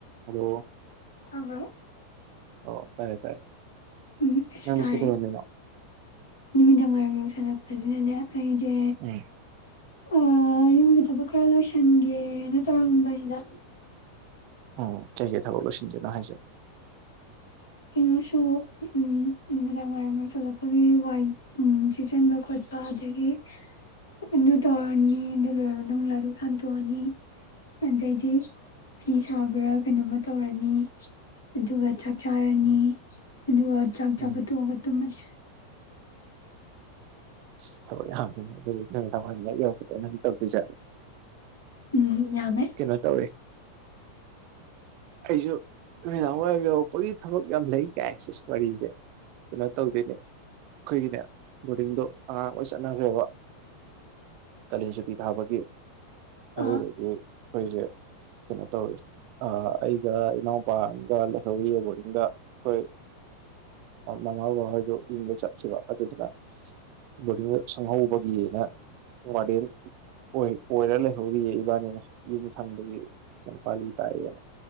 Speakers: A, on the right; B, on the left.
A: hello
B: ꯇꯥꯕ꯭ꯔꯣ
A: ꯑꯣ ꯇꯥꯏꯌꯦ ꯇꯥꯏꯌꯦ
B: ꯎꯝ ꯑꯁꯨ
A: ꯅꯪꯗꯣ
B: ꯇꯥꯔꯦ
A: ꯀꯩꯗꯧꯔꯝꯃꯤꯅꯣ
B: ꯅꯨꯃꯤꯗꯥꯡ ꯋꯥꯏꯔꯝ ꯌꯧꯁꯠꯂ ꯐꯖꯅꯅꯦ ꯑꯩꯖꯦ
A: ꯎꯝ
B: ꯑ ꯌꯨꯝꯒꯤ ꯊꯕꯛ ꯈꯔ ꯂꯣꯏꯁꯟꯒꯦꯅ ꯇꯧꯔꯝꯕꯅꯤꯗ
A: ꯎꯝ ꯀꯩ ꯀꯩ ꯊꯥꯕꯣꯣ ꯁꯤꯟꯖꯦꯅꯍꯁꯦ
B: ꯀꯩꯅꯣꯁꯨ ꯎ ꯅꯨꯃꯤꯗꯥꯡ ꯋꯥꯏꯔꯝ ꯌꯁꯜꯂꯛꯄꯒꯤ ꯋꯥꯏ ꯁꯤꯖꯟꯕ ꯈꯣꯠꯆ ꯑꯗꯒꯤ ꯑꯗꯨ ꯇꯧꯔꯅꯤ ꯑꯗꯨ ꯂꯣꯏꯔ ꯑꯗꯨ ꯀꯥꯟ ꯇ ꯋꯥꯅꯤ ꯑꯗꯩꯗꯤ ꯐꯤ ꯁꯥꯕ꯭ꯔꯥ ꯀꯩꯅꯣꯝꯃ ꯇꯧꯔꯅꯤ ꯑꯗꯨꯒ ꯆꯥꯔꯅꯤ
A: ꯎꯝ
B: ꯑꯗꯨꯒ ꯆꯥꯛ
A: ꯎꯝ
B: ꯆꯥꯕ ꯇꯣꯛꯑꯒ ꯇꯨꯝꯃꯅꯤ
A: ꯑ ꯊꯕꯛ ꯌꯥꯝꯈꯤꯅꯦ ꯑꯗꯨꯗꯤ ꯅꯨꯃꯤꯗꯥꯡ ꯋꯥꯏ ꯂ ꯌꯧꯔꯛꯄꯗ ꯅꯪ ꯇꯧꯛꯇꯣꯏꯁꯦ
B: ꯎꯝ ꯌꯥꯝꯃꯦ
A: ꯀꯩꯅꯣ ꯇꯧꯋꯦ ꯑꯩꯁꯨ ꯅꯨꯗꯥꯋꯥꯏ ꯌꯧꯔꯛꯄꯒꯤ ꯊꯕꯛ ꯌꯥꯝ ꯂꯩ ꯀ ꯁꯤ ꯋꯥꯔꯤꯁꯦ ꯀꯩꯅꯣ ꯇꯧꯗꯣꯏꯅꯦ ꯑꯩꯈꯣꯏꯒꯤꯅꯦ ꯕꯣꯔꯗꯤꯡꯗꯣ ꯑꯉꯥꯡ ꯂ ꯆꯠꯅꯈ꯭ꯔꯦꯕ ꯀꯩꯅꯅ ꯁꯇ ꯊꯥꯕꯒꯤ ꯑꯗꯨꯗꯨꯒꯤ
B: ꯑ
A: ꯑꯩꯈꯣꯏꯁꯦ ꯀꯩꯅꯣ ꯇꯧꯋꯤ ꯑꯩꯒ ꯏꯅꯥꯎꯄꯥꯒ ꯂꯩꯍꯧꯔꯤ ꯕꯣꯔꯗꯤꯡꯗ ꯑꯩꯈꯣꯏ ꯃꯃꯥ ꯕꯥꯍꯣꯏꯗ ꯌꯨꯝꯗ ꯆꯠꯈꯤꯕ ꯑꯗꯨꯗꯨꯅ ꯕꯣꯔꯗꯤꯡꯗ ꯁꯪꯍꯧꯕꯒꯤꯅ ꯋꯥꯔꯗꯦꯟ ꯑꯣꯏ ꯑꯣꯏꯔ ꯂꯩꯍꯧꯔꯤꯌꯦ ꯏꯕꯥꯅꯤꯅ ꯌꯨꯝ ꯁꯪꯕꯒꯤ ꯀꯩꯅꯣꯄꯥꯂꯤ ꯇꯥꯏꯑꯦꯅ